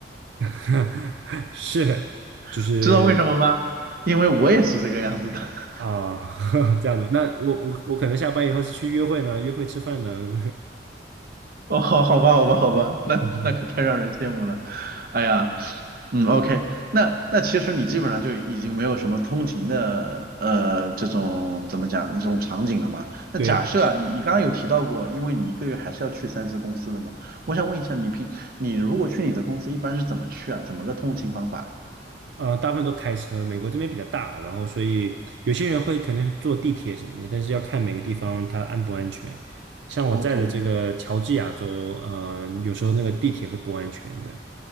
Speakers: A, on the right; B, on the right.
A: <laughs> 是，
B: <laughs>
A: 就是
B: 知道为什么吗？因为我也是这个样子的。<laughs>
A: 啊、<laughs> 这样子。那我我我可能下班以后是去约会呢，约会吃饭呢，
B: <laughs> 哦，好，好吧，好吧，好吧，那那可太让人羡慕了。
A: <laughs>
B: 哎呀，嗯，OK，那那其实你基本上就已经没有什么通勤的呃这种怎么讲这种场景了嘛？那假设啊，
A: 对，比较少。
B: 你刚刚有提到过，
A: 嗯
B: 因为你一个月还是要去三次公司的嘛，
A: 嗯。
B: 我想问一下，你平你如果去你的公司一般是怎么去啊？怎么个通勤方法
A: 呃，大部分都开车，美国这边比较大，然后所以有些人会可能坐地铁什么的，但是要看每个地方它安不安全。像我在的这个乔治亚州，
B: ？OK，
A: 呃，有时候那个地铁会不安全，对，